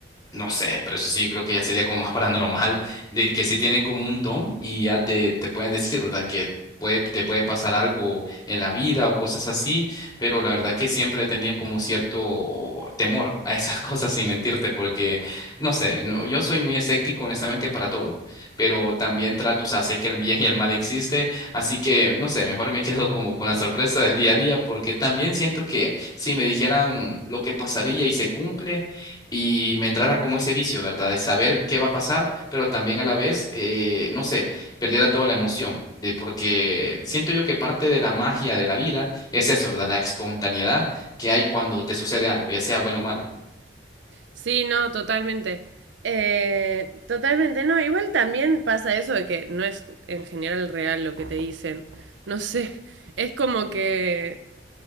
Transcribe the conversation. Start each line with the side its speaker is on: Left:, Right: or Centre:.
Left: No sé, pero eso sí, yo creo que ya sería como más <laughs> paranormal, de que si tienen como un don y ya te, te pueden decir, ¿verdad? Que puede, te puede pasar algo en la vida o cosas así, pero la verdad que siempre he tenido como cierto temor a esas <laughs> cosas sin mentirte, porque, no sé, no, yo soy muy escéptico honestamente para todo, pero también trato, o sea, sé que el bien y el mal existe, así que, no sé, mejor me quedo como con la sorpresa del día a día, porque también siento que si me dijeran lo que pasaría y se cumple, y me entrara como ese vicio, ¿verdad? De saber qué va a pasar, pero también a la vez, eh, no sé, perdiera toda la emoción. De porque siento yo que parte de la magia de la vida es eso, ¿verdad? La espontaneidad que hay cuando te sucede algo, ya sea bueno o malo.
Right: Sí, no, totalmente. Eh, totalmente, no. Igual también pasa eso de que no es en general real lo que te dicen. No sé, <laughs> es como que